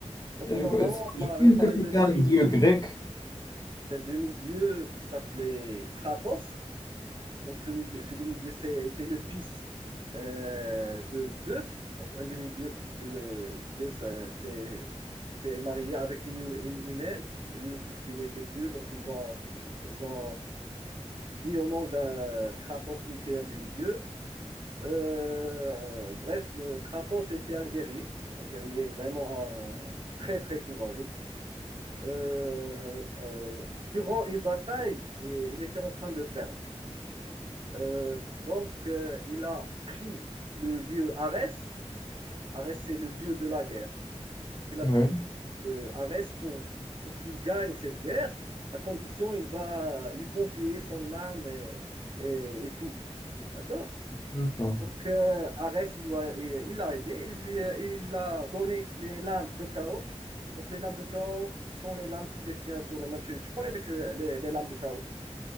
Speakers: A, on the right; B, on the left.
A: Donc,
B: Je,
A: normalement,
B: je crois
A: on parle- on parlait
B: que c'était
A: d'un demi,
B: un dieu grec.
A: d'un demi-dieu qui s'appelait Kratos. Donc, ce, mi- ce demi-dieu c'est- était le fils euh, de Zeus. Donc, un demi-dieu, puisque euh, Zeus euh, s'est s'est marié avec une, hu- une humaine. Et oui, puisqu'il était dieu, donc ils ont, ils ont mis au monde un Kratos qui était un demi-dieu. Euh, bref, euh, Kratos était un guerrier, un guerrier vraiment un- très très courageux. Euh, euh, durant une bataille, et- il était en train de perdre. Euh, donc, euh, il a pris le dieu Arès. Arès, c'est le dieu de la guerre. Donc, il a
B: Oui,
A: pris euh, Arès pour, pour qu'il gagne cette guerre, à condition il va lui confier son âme et, et- et tout. D'accord?
B: d'accord.
A: Donc, euh, Arès, il l'a il l'a aidé, il, euh, il a donné les lames de chaos. Donc, les lames de chaos sont les lames qui les tiennent sur le match. Tu connais donc, euh, les, les lames de chaos.